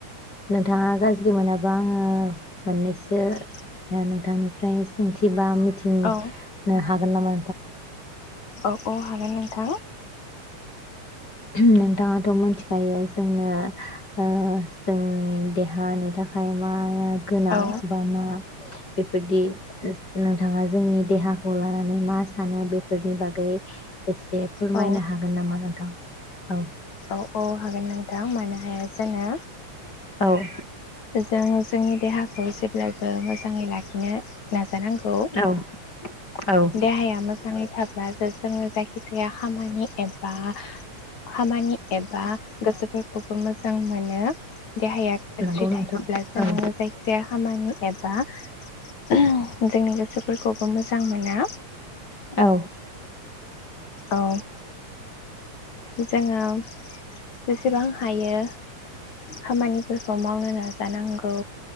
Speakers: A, on the left; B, on the left.
A: नोंथाङा गाज ज्रि मोनोबा आङो मोननैसो
B: <unintelligible>
A: ओ नोंथांनिफ्राय सोंथि बा मिथिनो
B: औ
A: हागोन नामा
B: औ औ हागोन नोंथां।
A: नोंथाङा थ' मोन्थिखायो जोंनो ओ जोंनि देहानि थाखाय माया गोनां
B: औ
A: बा मा बेफोरदि नोंथाङा जोंनि देहा खौ लानानै मा सानो बेफोरनि बागै एसे फोरमायनो
B: औ
A: हागोन नामा नोंथां? औ।
B: औ औ हागोन नों थां मानो हाया जानो।
A: औ।
B: जों जोंनि देहाखौ जेब्लायबो मोजाङै लाखि- नो नाजानांगौ।
A: औ औ
B: देहाया मोजाङै था- ब्लासो जोङो जायखिजाया खामानि एबा खामानि एबा गोसोफोरखौबो मोजां मोनो। देहाया गाज्रि
A: नंगौ
B: थायोब्ला
A: नोंथां
B: जोङो
A: औ
B: जायखिजाया खामानि एबा- उहम जोंनि गोसोफोरखौबो मोजां मो- ना।
A: औ।
B: औ। जोङो जेसेबां हायो खामानिफोरखौ मावनो नाजानांगौ।